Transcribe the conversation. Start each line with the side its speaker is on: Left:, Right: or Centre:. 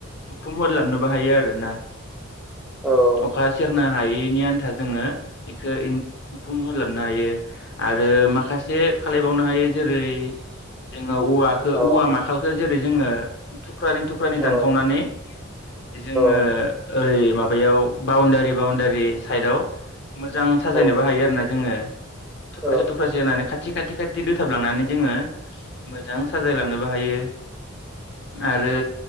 Left: उखुम हरलाबनोबो हायो आरो ना।
Centre: ओ
Left: अखा सेरनो हायैनि आन्था जोङो एखो उखुम ओलाबनो हायो आरो ओ माखासे खालायबावनो हायो जेरै जोङो औवाखौ
Centre: औ ओं औ
Left: औवा माखालखौ जेरै जोङो थुख्रानै थुख्रानै
Centre: औ
Left: दानखावनानै जोङो
Centre: औ
Left: ओरै माबायाव बाउण्डारि बाउण्डारि साइडआव मोजां साजायनोबो
Centre: औ औ
Left: हायो आरोना जोङो। थुख्रासे
Centre: औ
Left: थुख्रासे होनानै खाथि खाथि खाथि दोथाबलांनानै जोङो मोजां साजायलांनोबो हायो। <inaudible> आरो